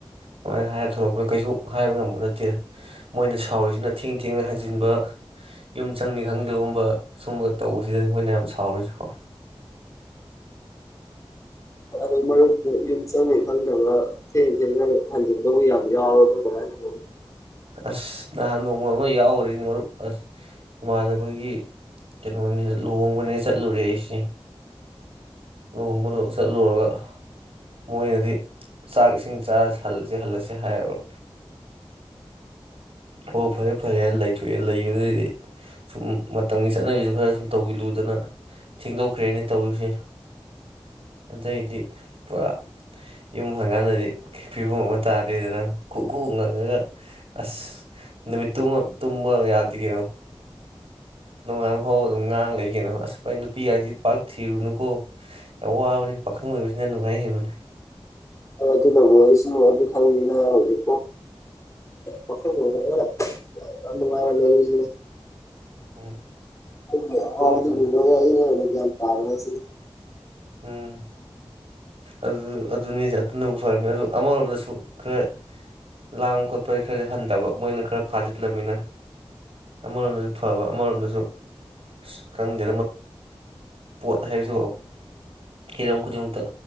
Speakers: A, on the right; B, on the left.
A: ꯑꯗꯨꯃꯥꯏꯅ ꯍꯥꯏꯔ ꯊꯂꯛꯄꯅꯤꯅ ꯀꯩꯁꯨ ꯍꯥꯏꯕ ꯉꯝꯕ ꯅꯠꯇꯦ ꯃꯣꯏꯅ ꯁꯥꯎꯔꯤꯁꯤꯅ ꯊꯦꯡ ꯊꯦꯡꯅ ꯍꯩꯖꯤꯟꯕ ꯌꯨꯝ ꯆꯪꯅꯤ ꯈꯪꯗꯕꯒꯨꯝꯕ ꯁꯨꯝꯕ ꯇꯧꯕꯁꯤꯗꯗꯤ ꯃꯣꯏꯅ ꯌꯥꯝ ꯁꯥꯎꯔꯤꯁꯨ ꯁꯥꯎꯋ
B: ꯑ ꯌ ꯆ ꯊ ꯊ ꯍ ꯌꯥꯝꯅꯤꯕ
A: ꯑꯁ ꯅꯍꯥꯟ ꯅꯣꯡꯕ ꯑꯃ ꯌꯥꯎꯈꯦꯅꯤ ꯃꯔꯨꯞ ꯑꯁ ꯏꯃꯥꯟꯅꯕꯒꯤ ꯀꯩꯅꯣꯅꯤ ꯂꯨꯍꯣꯡꯕꯅꯦ ꯆꯠꯂꯨꯔꯦ ꯑꯩꯁꯤꯦ ꯂꯨꯍꯣꯡꯕꯗꯣꯛ ꯆꯠꯂꯨꯔꯒ ꯃꯣꯏꯅꯗꯤ ꯆꯥꯛ ꯏꯁꯤꯡ ꯆꯔꯂꯁꯤ ꯍꯜꯂꯁꯤ ꯍꯥꯏꯔꯕ ꯑꯣ ꯐꯔꯦ ꯐꯔꯦ ꯍꯥꯏꯅ ꯂꯩꯊꯣꯛꯑꯦ ꯂꯩꯕꯗꯗꯤ ꯁꯨꯝ ꯃꯇꯝꯒꯤ ꯆꯠꯅꯕꯤꯁꯨ ꯈꯔ ꯁꯨꯝ ꯇꯧꯤ ꯂꯨꯗꯅ ꯊꯦꯡꯗꯣꯛꯈ꯭ꯔꯦꯅꯦ ꯇꯧꯔꯤꯁꯤ ꯑꯗꯩꯗꯤ ꯄꯨꯔꯥ ꯌꯨꯝ ꯍꯪꯀꯥꯟꯗꯗꯤ ꯐꯤꯕꯝ ꯑꯃ ꯇꯥꯗꯦꯗꯅ ꯀ ꯈꯨꯎ ꯉꯪꯉꯒ ꯑꯁ ꯅꯨꯃꯤꯠꯇ ꯇꯨꯝꯕ ꯌꯥꯗꯦ ꯀꯩꯅꯣ ꯅꯣꯡꯉꯥꯟꯜ ꯐꯥꯎꯕ ꯑꯗꯨꯝ ꯉꯥꯡ ꯂꯩ ꯀꯩꯅꯣ ꯑꯁ ꯐꯥꯏ ꯅꯨꯄꯤꯒꯁꯤ ꯄꯥꯛ ꯊꯤꯔꯨꯅꯨꯀꯣ ꯌꯥꯝ ꯋꯥꯕꯅꯤ ꯄꯥꯈꯪ ꯑꯣꯏꯕꯁꯤꯅ ꯅꯨꯡꯉꯥꯏ ꯍꯦꯟꯕꯅꯤ
B: ꯑꯗꯨꯅꯕꯨ ꯑꯩꯁꯨ ꯑꯗꯨ ꯊꯖꯦ ꯐꯔ ꯃꯥ ꯂꯩ
A: ꯎꯝ
B: <unintelligible>
A: ꯑꯗꯨꯅ
B: ꯌꯥꯝ ꯇꯥꯑꯣꯁꯤ
A: ꯎꯝ ꯑꯗꯨ ꯑꯗꯨꯅꯤ ꯑꯗꯨꯅꯕꯨ ꯐꯔꯝꯃꯦ ꯑꯗꯨ ꯑꯃꯔꯣꯝꯗꯁꯨ ꯈꯔ ꯂꯥꯡꯕ ꯈꯣꯠꯄ ꯈꯔꯗꯤꯦ ꯍꯟꯊꯕ ꯃꯣꯏꯅ ꯈꯔ ꯐꯥꯖꯤꯜꯂꯝꯅꯤꯅ ꯑꯃꯔꯣꯝꯗꯁꯨ ꯐꯕ ꯑꯃꯔꯣꯝꯗꯁꯨ ꯑ ꯈꯪꯗꯦ ꯄꯣꯠ ꯍꯥꯏꯕꯁꯨ ꯍꯤꯔꯝ ꯈꯨꯗꯤꯡꯃꯛꯇ